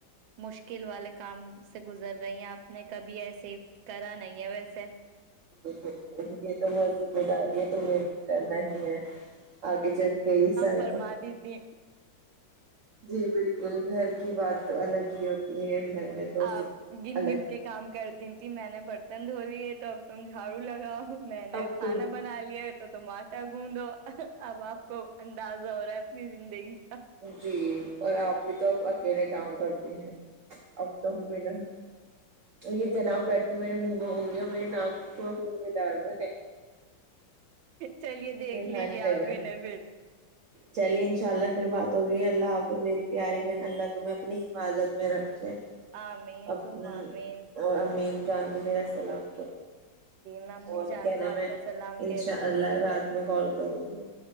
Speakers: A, on the right; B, on the right.
A: مشکل والے کام سے گزر رہی ہیں آپ نے کبھی ایسے کرا نہیں ہے ویسے
B: جی بالکل یہ تو بہت ذمہ داری ہے تو م کرنا ہی ہے آگے چل گئی ساری
A: فرمات دی تھی
B: جی بالکل گھر کی بات تو الگ ہی ہوتی ہے گھر میں تو
A: آپ
B: سب
A: گن
B: الگ
A: گن کے کام کرتی تھی میں نے برتن دھو لی تم جھاڑو لگاؤ میں نے
B: اب
A: کھانا
B: تم
A: بنا لیا تو تم آٹا گھندو اب آپ کو اندازہ ہو رہا ہے زندگی کا
B: جی اور آپ بھی تو اکیلے کام کرتی ہیں اب تو ہم ن اور یہ جناب بیٹھ تو میں بونا ہوں گی ڈال ب
A: چلیے دیکھ لیجیے
B: ہانی
A: آپ
B: کر
A: ہی نے پھر
B: چلیے ان شاء اللہ بات ہو رہی ہے اللہ آف می پیاری بہن اللہ تم میںہیں اپنی حفاظت میں رکھے
A: ہ مین
B: اپنی
A: سم مین
B: اور امی جان تو میرا سلام
A: میں امی
B: اور
A: جان
B: کہنا
A: کو
B: میں
A: آپ کا سلام
B: انشاء
A: کہہ دوں
B: اللہ
A: گی
B: رات میں کال کروں گی